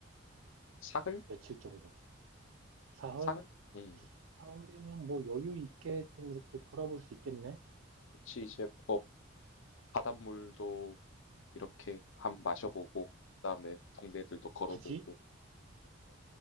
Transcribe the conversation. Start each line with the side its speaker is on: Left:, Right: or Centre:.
Left: 사흘?
Right: 며칠 정도? 사흘?
Left: 사흘? 음,
Right: 사흘이면 뭐 여유 있게 좀 이렇게 돌아볼 수 있겠네?
Left: 그치. 이제 뭐 바닷물도 이렇게 밥 마셔보고 그다음에 동네들도 걸어보고
Right: 굳이?